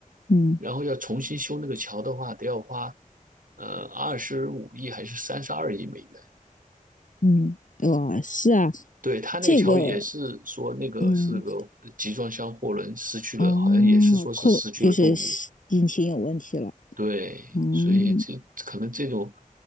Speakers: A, on the left; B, on the right.
A: 嗯
B: 然后要重新修那个桥的话，得要花呃二十五亿还是三十二亿美元。
A: 嗯，哇，呃是啊，
B: 对，他那个桥也是说那个是个集装箱货轮失去了，
A: 这个嗯。哦，
B: 好像也是说是失去了动力。
A: 扣就是引擎有问题了，
B: 对，
A: 嗯，
B: 所以这可能这种